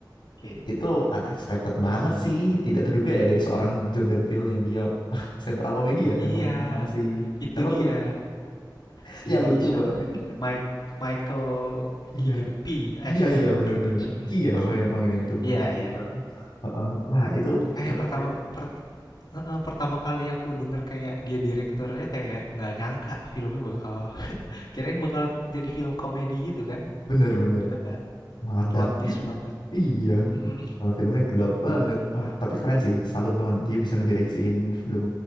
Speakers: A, on the left (about 60°); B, on the left (about 85°).
A: Oke.
B: itu unexpected banget sih, tidak terduga ya dari seorang Jordan Peele yang dia <laughs> sentral komedi ya yang
A: Iya,
B: main sama si
A: itu
B: siapa
A: dia.
B: tuh?
A: Si
B: Yang lucu
A: siapa?
B: banget itu.
A: Mike Michael
B: Iya
A: Keegan P. Eh,
B: iya
A: Michael
B: iya bener-bener.
A: Keegan siapa?
B: Ki ya
A: Key.
B: apa ya panggilan itu?
A: Iya,
B: Agak lupa.
A: iya.
B: tuh. Heeh. Wah itu
A: Kayak
B: keren.
A: pertama per- eh, pertama kali aku denger kayak dia direkturnya kayak nggak nyangka filmnya bakal <laughs> kirain bakal jadi film komedi gitu kan.
B: Bener-bener
A: Ternyata
B: malah
A: plot
B: dark
A: twist
B: gitu
A: banget.
B: ya. Iya.
A: Mm-mm.
B: Malah filmnya gelap banget. Wah, tapi keren sih. Salut banget. Dia bisa ngedireksiin film